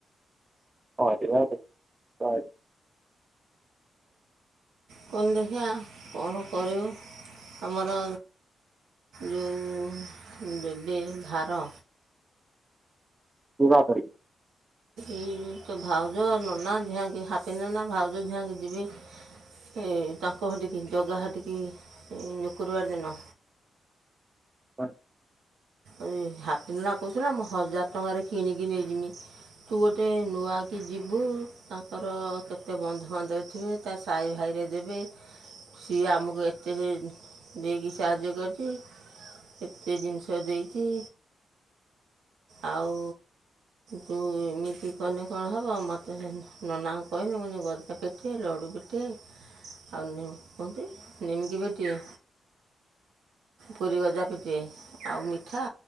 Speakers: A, on the right; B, on the right.
A: <unintelligible>
B: କଣ ଦେଖିଆ କଣ କରିବୁ ଆମର ଯେଉଁ ଯେବେ ଧାର
A: <unintelligible>
B: ଏଇ ତ ଭାଉଜ ନନା ଧିଆଙ୍କି ହାପି ନନା ଭାଉଜ ଧିଆଁଙ୍କି ଯିବି ଏ ତାଙ୍କ ଘରଟିକି ଜଗା ହାର୍ ଟିକି ଏଇ ସୁକ୍ରବାର ଦିନ।
A: <unintelligible>
B: ଏ ହାପି ନନା କହୁଥିଲା ମୁଁ ହଜାର ଟଙ୍କାରେ କିଣିକି ନେଇଯିମି। ତୁ ଗୋଟେ ନୂଆକି ଯିବୁ ତାଙ୍କର କେତେ ବନ୍ଧୁବାନ୍ଧବ ଥିବେ। ତା ସାଇ ଭାଇରେ ଦେବେ। ସିଏ ଆମକୁ ଏତେ ଦେଇକି ସାହାଯ୍ୟ କରିଛି କେତେ ଜିନିଷ ଦେଇଚି।
A: <inaudible>
B: ଆଉ ତୁ ଏମିତି କନେ କଣ ହବ ମତେ ସେ ନନାଙ୍କୁ କହିବି ମୁଁ ପେଟିଏ ଲଡୁ ପେଟିଏ ଆଉ କୁହନ୍ତି ନିମକି ପେଟିଏ ପୁରୀ ଗଜା ପେଟିଏ ଆଉ ମିଠା।